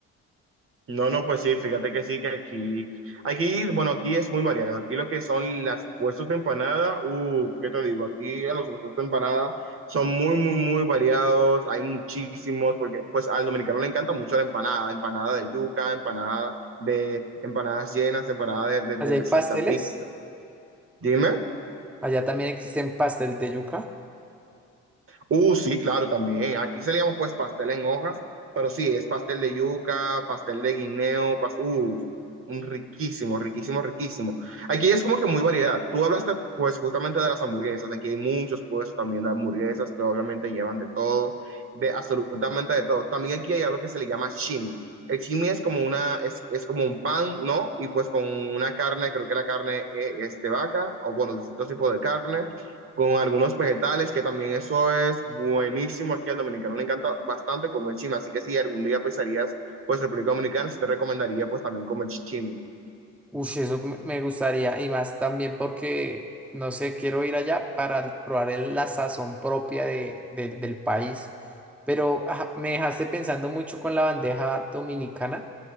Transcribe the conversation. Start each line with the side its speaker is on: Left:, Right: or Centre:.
Right: No, no, pues sí, fíjate que sí, que aquí, aquí, bueno, aquí es muy variado. Aquí lo que son las puestos de empanada, uh, ¿qué te digo? Aquí a los puestos de empanada son muy, muy, muy variados, hay muchísimos, porque pues al dominicano le encanta mucho la empanada, empanada de yuca, empanada de empanadas llenas, empanada de, de,
Centre: Allá
Right: de,
Centre: hay
Right: de
Centre: pasteles,
Right: salsa pizza. Dime.
Centre: allá también existen pastel de yuca.
Right: Uh, sí, claro, también. Aquí se le llama pues pastel en hojas, pero sí, es pastel de yuca, pastel de guineo, pas uh, un riquísimo, riquísimo, riquísimo. Aquí es como que muy variedad. Tú hablaste pues justamente de las hamburguesas. Aquí hay muchos puestos también de hamburguesas que obviamente llevan de todo, de absolutamente de todo. También aquí hay algo que se le llama chimi. El chimi es como una, es, es como un pan, ¿no? Y pues con una carne, creo que la carne eh, es de vaca, o bueno, distintos tipos de carne con algunos vegetales, que también eso es buenísimo aquí al dominicano, le encanta bastante comer chimi, así que si algún día pues harías, pues República Dominicana, sí te recomendaría pues también comer chimi.
Centre: Uy, eso me me gustaría, y más también porque, no sé, quiero ir allá para el- probar el- la sazón propia de, del del país, pero ajá, me dejaste pensando mucho con la bandeja dominicana,